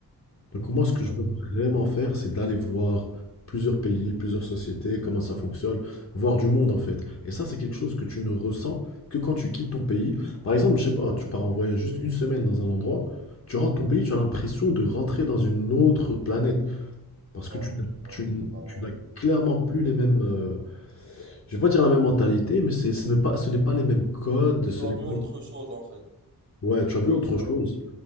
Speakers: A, on the left; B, on the right.
A: Donc moi, ce
B: exactement.
A: que je veux vraiment faire, c'est d'aller voir plusieurs pays, plusieurs sociétés, comment ça fonctionne, voir du monde en fait. Et ça, c'est quelque chose que tu ne ressens que quand tu quittes ton pays. Par exemple, je sais pas, tu pars en voyage juste une semaine dans un endroit, tu rentres ton pays, tu as l'impression de rentrer dans une autre planète. Parce
B: Ouais,
A: que tu, n'as-
B: ouais,
A: tu, n-
B: c'est totalement
A: tu n'as
B: vrai.
A: clairement plus les mêmes... euh, je vais pas dire la même mentalité, mais c'est, ce n'est pas, ce n'est pas les mêmes codes,
B: Tu
A: ce
B: as
A: n'est
B: vu
A: pas...
B: autre chose en fait.
A: Ouais, tu as vu autre
B: Tu
A: chose.
B: as-